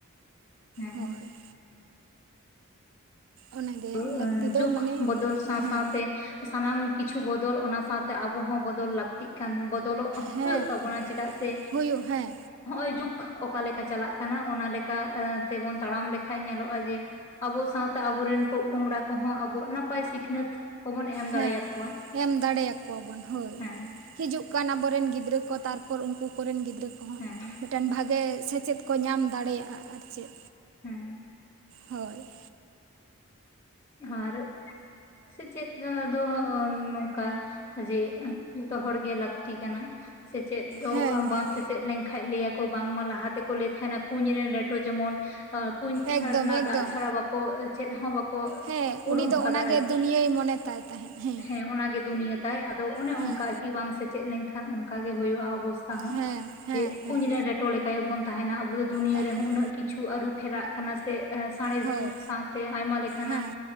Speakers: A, on the left; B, on the right.
A: ᱦᱮᱸ
B: ᱦᱳᱭ᱾ ᱚᱱᱟᱜᱮ
A: ᱳ
B: ᱞᱟᱹᱠᱛᱤ
A: ᱮᱸ
B: ᱫᱚ
A: ᱡᱩᱜᱽ
B: ᱢᱟᱱᱮ
A: ᱵᱚᱫᱚᱞ ᱥᱟᱶ
B: ᱦᱮᱸ
A: ᱥᱟᱶᱛᱮ᱾ ᱥᱟᱱᱟᱢ ᱠᱤᱪᱷᱩ ᱵᱚᱫᱚᱞ ᱚᱱᱟ ᱥᱟᱶᱛᱮ ᱟᱵᱚ ᱦᱚᱸ ᱵᱚᱫᱚᱞ ᱞᱟᱹᱠᱛᱤᱜ ᱠᱟᱱ ᱵᱟᱹᱫᱽ ᱵᱚᱫᱚᱞᱚᱜ
B: ᱦᱮᱸ
A: ᱦᱩᱭᱩᱜ ᱛᱟᱵᱚᱱᱟ ᱪᱮᱫᱟᱜ ᱥᱮ
B: ᱦᱩᱭᱩᱜ ᱦᱮᱸ
A: ᱱᱚᱜ-ᱚᱭ ᱡᱩᱜᱽ ᱚᱠᱟ ᱞᱮᱠᱟ ᱪᱟᱞᱟᱜ ᱠᱟᱱᱟ ᱚᱱᱟ ᱞᱮᱠᱟ ᱛᱮᱵᱚᱱ ᱛᱟᱲᱟᱢ ᱞᱮᱠᱷᱟᱱ ᱧᱮᱞᱚᱜᱼᱟ ᱡᱮ ᱟᱵᱚ ᱥᱟᱶᱛᱮ ᱟᱵᱚᱨᱮᱱ ᱯᱚᱜ ᱯᱚᱝᱲᱟ ᱠᱚᱦᱚᱸ ᱟᱵᱚ ᱱᱟᱯᱟᱭ ᱥᱤᱠᱷᱱᱟᱹᱛ ᱠᱚᱵᱚᱱ ᱮᱢ ᱫᱟᱲᱮᱭᱟᱠᱚᱣᱟ
B: ᱦᱮᱸ ᱮᱢ ᱫᱟᱲᱮᱭᱟᱠᱚᱣᱟᱵᱚᱱ ᱦᱳᱭ᱾
A: ᱦᱮᱸ
B: ᱦᱤᱡᱩᱜ ᱠᱟᱱ ᱟᱵᱚᱨᱮᱱ ᱜᱤᱫᱽᱨᱟᱹ ᱠᱚ, ᱛᱟᱨᱯᱚᱨ ᱩᱱᱠᱩ ᱠᱚᱨᱮᱱ ᱜᱤᱫᱽᱨᱟᱹ ᱠᱚᱦᱚᱸ
A: ᱦᱮᱸ
B: ᱢᱤᱫᱴᱮᱱ ᱵᱷᱟᱜᱤ ᱜᱮ ᱥᱮᱪᱮᱫ ᱠᱚ ᱧᱟᱢ ᱫᱟᱲᱮᱭᱟᱜᱼᱟ ᱟᱨ ᱪᱮᱫ᱾
A: ᱦᱮᱸ
B: ᱦᱳᱭ᱾
A: ᱟᱨ ᱥᱮᱪᱮᱫ ᱫᱚ ᱱᱚᱝᱠᱟ ᱡᱮ ᱡᱚᱛᱚ ᱦᱚᱲᱜᱮ ᱞᱟᱹᱠᱛᱤ ᱠᱟᱱᱟ᱾ ᱥᱮᱪᱮᱫ ᱫᱚ
B: ᱦᱮᱸ ᱦᱮᱸ
A: ᱵᱟᱢ ᱥᱮᱪᱮᱫ ᱞᱮᱱᱠᱷᱟᱱ ᱞᱟᱹᱭ ᱵᱟᱝᱢᱟ ᱞᱟᱦᱟ ᱛᱮᱠᱚ ᱞᱟᱹᱭ ᱛᱟᱦᱮᱱᱟ ᱠᱩᱸᱧ ᱨᱮᱱ ᱨᱮᱴᱚ ᱡᱮᱢᱚᱱ ᱠᱩᱸᱧ
B: ᱮᱠᱫᱚᱢ
A: ᱪᱷᱟᱨᱱᱟ
B: ᱮᱠᱫᱚᱢ
A: ᱫᱟᱜ ᱪᱷᱟᱲᱟ ᱵᱟᱠᱚ ᱪᱮᱫ ᱦᱚᱸ ᱵᱟᱠᱚ ᱠᱚ
B: ᱦᱮᱸ
A: ᱩᱨᱩᱢ
B: ᱩᱱᱤ ᱫᱚ
A: ᱟᱠᱟᱫᱟ
B: ᱚᱱᱟᱜᱮ
A: ᱟᱨᱠᱤ,
B: ᱫᱩᱱᱭᱟᱹᱭ ᱢᱚᱱᱮ ᱛᱟᱭ ᱛᱟᱦᱮᱸᱫ ᱦᱮᱸ
A: ᱦᱮᱸᱚᱱᱟᱜᱮ ᱫᱩᱱᱭᱟᱹ᱾ ᱛᱟᱭ ᱟᱫᱚ ᱚᱱᱮ ᱚᱱᱠᱟ
B: ᱦᱮᱸ
A: ᱟᱨᱠᱤ ᱵᱟᱝ ᱥᱮᱪᱮᱫ ᱞᱮᱱᱠᱷᱟᱱ ᱚᱱᱠᱟ ᱜᱮ ᱦᱩᱭᱩᱜᱼᱟ ᱚᱵᱚᱥ ᱛᱟ ᱦᱚᱸ
B: ᱦᱮᱸ ᱦᱮᱸ
A: ᱡᱮ ᱠᱩᱸᱧ
B: ᱦᱮᱸ
A: ᱨᱮᱱ ᱨᱮᱴᱚ ᱞᱮᱠᱟ ᱜᱮ ᱵᱚᱱ ᱛᱟᱦᱮᱱᱟ ᱟᱵᱚ ᱫᱚ ᱫᱩᱱᱭᱟᱹ
B: ᱛᱟᱦᱮᱱᱟ
A: ᱨᱮᱦᱚᱸ ᱩᱱᱟᱹᱜ ᱠᱤᱪ ᱪᱷᱩ ᱟᱹᱨᱩ ᱯᱷᱮᱨᱟᱜ ᱠᱟᱱᱟ ᱥᱮ ᱥᱟᱬᱮᱥ
B: ᱦᱳᱭ
A: ᱡᱩᱜᱽ ᱥᱟᱶᱛᱮ ᱟᱭᱢᱟ ᱞᱮᱠᱟᱱᱟᱜ
B: ᱦᱮᱸ